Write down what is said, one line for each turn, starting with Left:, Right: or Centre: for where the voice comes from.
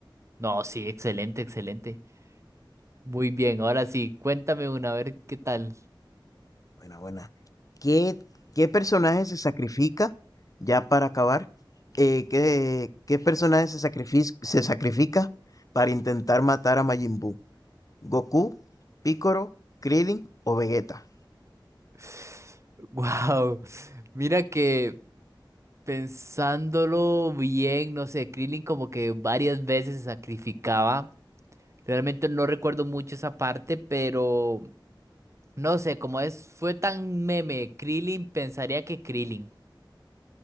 Right: No, sí, excelente, excelente. Muy bien, ahora sí, cuéntame una, a ver qué tal.
Left: Buena, buena. ¿Qué, qué personaje se sacrifica, ya para acabar? eh, ¿qué, qué personaje se sacrifica, se sacrifica para intentar matar a Majin Buu? ¿Goku, Piccolo, Krillin o Vegeta?
Right: <sighs> Wow, mira que pensándolo bien, no sé, Krillin como que varias veces se sacrificaba Realmente no recuerdo mucho esa parte, pero no sé, como es, fue tan meme, Krillin, pensaría que Krillin.